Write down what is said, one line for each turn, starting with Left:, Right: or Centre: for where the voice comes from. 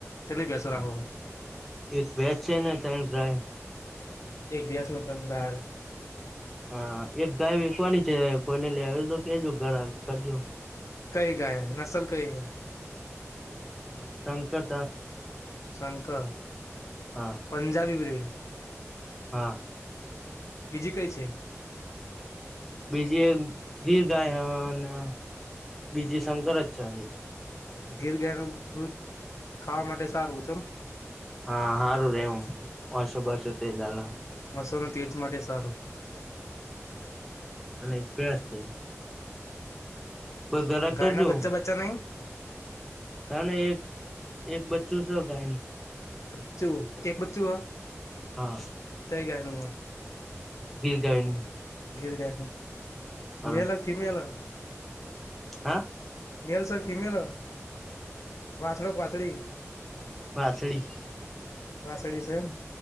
Left: ચલી ભેસો રાખો?
Centre: એક ભેસ છે ને ત્રણ ગ્રાય.
Left: <unintelligible>
Centre: હા એક ગાય વેકવાની છે. કોઈને લે આવ તો કેજો ઘ કરજો.
Left: કઈ ગાયક નસલ કઈ હૈ?
Centre: હ શંકર.
Left: શંકર.
Centre: હા
Left: પંજાબી બ્રીડ.
Centre: હા!
Left: બીજી કઈ છે?
Centre: બીજી, એક ગીર ગાય અને, બીજી શંકરચ છે.
Left: ગીર ગાય નું દૂધ ખાવા માટે સારું છે એમ.
Centre: હા! સારું રેવમ ઓસો બસો તે જાલ.
Left: મસ ન તેજ માટે સારું.
Centre: અને બેસ્ટ છે. કો ગેરાક
Left: ગાય
Centre: કરજો.
Left: <unintelligible>
Centre: તાને એક એક બચ્ચું છે ગાયને.
Left: બચ્ચું. એક બચ્ચું હ.
Centre: હા!
Left: કંઈ ગાયનો?
Centre: ગિર જાય ન.
Left: ગિર ગાયનો.
Centre: હા
Left: મેળે ફિમલ?
Centre: હા?
Left: Malleus female? વાાસડ વાાસડી?
Centre: વાછડી.
Left: વાસાડી છે એમ?